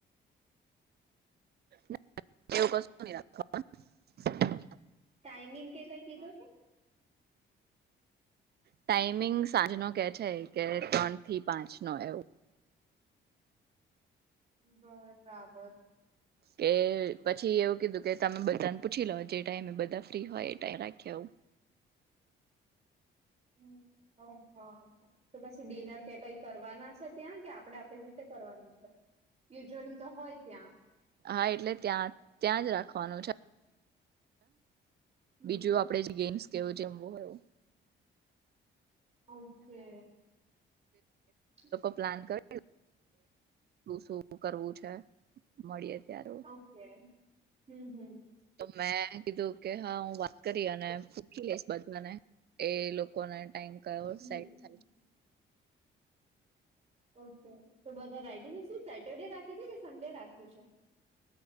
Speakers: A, on the right; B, on the right.
A: ના એવું કશુ નહીં રાખવાના
B: ટાઈમિંગ કે કઈ કીધું છે
A: ટાઈમિંગ સાંજ નો કેય છે કે ત્રણ થી પાંચ નો એવું
B: બરાબર
A: કે પછી એવું કીધું કે તમે બધાને પૂછી લો જે ટાઈમે બધા ફ્રી હોય એ ટાઈમે રાખીએ એવું
B: હમ્મ હ હ તો પછી ડિનર કે કઈ કરવાના છે ત્યાં કે આપડે આપડી રીતે કરવાની છે. યુઝઅલી તો હોય ત્યાં
A: હા એટલે ત્યાં ત્યાં જ રાખવાનું છે
B: હમ
A: બીજું આપડે જે ગેમ્સ કેવું જમવું હોય
B: ઓકે ઓકે હમ
A: <inaudible> પ્લાન કર <inaudible> શું કરવું છે? મળીએ ત્યારે
B: ઓકે હમ્મ હમ્મ.
A: તો મેં કીધું કે હા હું વાત કરી અને પૂછી લઈશ બ ન્ને એ લોકોને ટાઈમ કયો
B: હમ
A: સેટ થાય.
B: ઓકે તો બધા રાઈડીને <unintelligible> શું સેટરડે રાખે છે કે સન્ડે રાખ્યું છે.